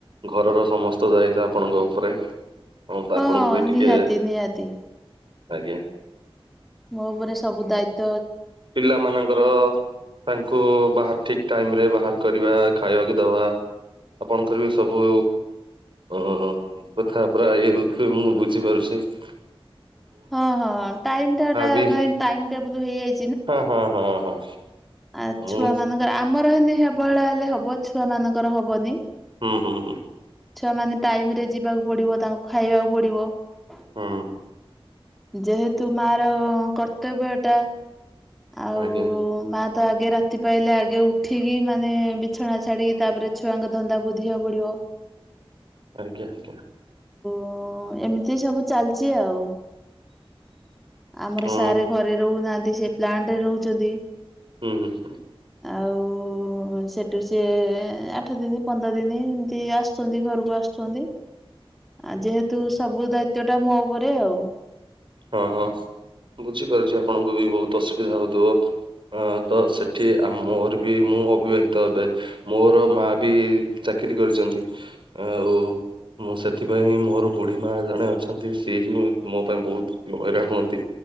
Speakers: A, on the right; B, in the centre.
A: ଘରର ସମସ୍ତ ଦାୟିତ୍ଵ ଆପଣଙ୍କ ଉପରେ। ହଁ
B: ହଁ
A: ଆପଣଙ୍କୁ ବି ଟିକେ,
B: ନିହାତି ନିହାତି
A: ଆଜ୍ଞା
B: ମୋ ଉପରେ ସବୁ ଦାୟିତ୍ଵ ।
A: ପିଲାମାନଙ୍କର ତାଙ୍କୁ ବାହ ଠିକ ଟାଇମରେ ବାହାର କରିବା ଖାଇବାକୁ ଦେବା ଆପଣଙ୍କର ବି ସବୁ ଅ କଥା ପୁରା ଇଏ ହଉଥିବେ ମୁଁ ବୁଝିପାରୁଛି ।
B: ହଁ ହଁ ଟାଇମ ଟାଟା
A: ବି
B: କ ଟାଇ ଟବଲ ହେଇଯାଇଛି ।
A: ହଁ ହଁ ହଁ ହଁ।
B: ଆ
A: ମୁଁ
B: ଛୁଆ ମାନଙ୍କର ଆମର ହେନ ଅବହେଳା ହେଲେ ହବ ଛୁଆ ମାନଙ୍କର ହବନି।
A: ହୁଁ ହୁଁ ହୁଁ।
B: ଛୁଆ ମାନେ ଟାଇମ ରେ ଯିବାକୁ ପଡିବ ତାଙ୍କୁ ଖାଇବାକୁ ପଡିବ ।
A: ହୁଁ।
B: ଯେହେତୁ ମାର କର୍ତ୍ତବ୍ୟ ଟା ଆଉ
A: ଆଜ୍ଞା
B: ମା ତ ଆଗେ ରାତି ପାଇଲେ ଆଗେ ଉଠିକି ମାନେ ବିଛଣା ଛାଡିକି ତାପରେ ଛୁଆଙ୍କ ଧନ୍ଦା ବୁଦ୍ଧିିବାକୁ ପଡିବ ।
A: ଆଜ୍ଞା ଆଜ୍ଞା।
B: ହଁ ଏମିତି ସବୁ ଚାଲିଚି ଆଉ । ଆମର
A: ହଁ
B: ସାରେ ଘରେ ରହୁନାହାନ୍ତି ସେ ପ୍ଲାଟରେ ରହୁଛନ୍ତି ।
A: ହୁଁ ହୁଁ ହୁଁ।
B: ଆଉ ସେଠୁ ସି ଆଠ ଦିନ ପନ୍ଦର ଦିନ ଏମିତି ଆସୁଛନ୍ତି ଘରକୁ ଆସୁଛନ୍ତି । ଆ ଯେହେତୁ ସବୁ ଦାୟିତ ଟା ମୋ ଉପରେ ଆଉ ।
A: ହଁ ହଁ ବୁଝିପାରୁଛି ଆପଣଙ୍କୁ ବି ବହୁତ ଅସୁବିଧା ହଉଥିବ । ହଁ ତ ସେଠି ମୋର ବି ମୁଁ ଅବିବାହିତ ହେବେ ମୋର ମା ବି ଚା କିରି କରିଛନ୍ତି ଆଉ । ମୁଁ ସେଥିପାଇଁ ମୋର ବୁଢ଼ୀ ମା ଜଣେ ଅଛନ୍ତି ସି ହିଁ ମୋ ପାଇଁ ବହୁତ ହଇରାଣ ହୁଅନ୍ତି